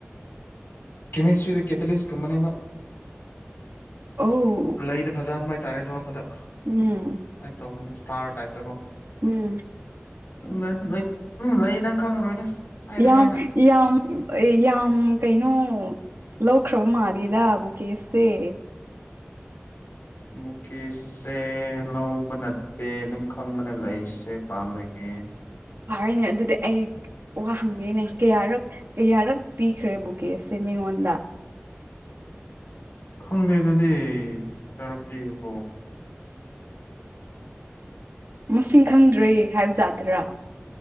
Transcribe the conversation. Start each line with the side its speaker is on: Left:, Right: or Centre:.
Left: ꯀꯦꯃꯤꯁꯇ꯭ꯔꯤꯗ ꯀꯦꯇꯂꯤꯁ ꯀꯨꯝꯕꯅꯦꯕ꯫
Right: ꯑ
Left: ꯂꯩꯗ ꯐꯖꯍꯟꯕ ꯍꯥꯏꯇꯥꯔꯦ ꯑꯗꯣ ꯍꯥꯞꯄꯗ
Right: ꯎꯝ
Left: ꯁꯃꯥꯏꯅ ꯇꯧꯕꯅꯦ ꯏꯁꯇꯥꯔ ꯇꯥꯏꯞꯇꯀꯣ꯫
Right: ꯎꯝ
Left: ꯎ ꯂꯩ ꯎꯝ ꯂꯩꯗꯪ ꯈꯪꯉꯔꯣꯏꯗ ꯍꯥꯏꯔꯁꯨ
Right: ꯌꯥꯝ
Left: ꯑꯩꯅ
Right: ꯌꯥꯝ ꯌꯥꯝ ꯀꯩꯅꯣ꯫ ꯂꯧꯈ꯭ꯔꯕ ꯃꯥꯜꯂꯤꯦꯗꯕꯨ ꯀꯦꯁꯁꯦ
Left: ꯃꯨꯀꯦꯁ꯫ ꯁꯦ ꯂꯧꯕ ꯅꯠꯇꯦ ꯑꯗꯨꯝ ꯈꯪꯕꯅꯦ ꯂꯩꯁꯦ ꯄꯥꯝꯕꯒꯤ꯫
Right: ꯐꯅꯦ ꯑꯗꯨꯗꯤ ꯑꯩ ꯋꯥꯡꯗꯦꯅꯦ ꯀꯌꯥꯔꯛ ꯀꯌꯥꯔꯛ ꯄꯤꯈ꯭ꯔꯦ ꯕꯨꯀꯦꯁꯦ ꯃꯤꯉꯣꯟꯗ
Left: ꯈꯪꯗꯦ ꯑꯗꯨꯗꯤ ꯀꯔꯛꯄꯤꯔꯕꯣ
Right: ꯃꯁꯤꯡ ꯈꯪꯗ꯭ꯔꯦ ꯍꯥꯏꯕꯖꯥꯗ꯭ꯔꯥ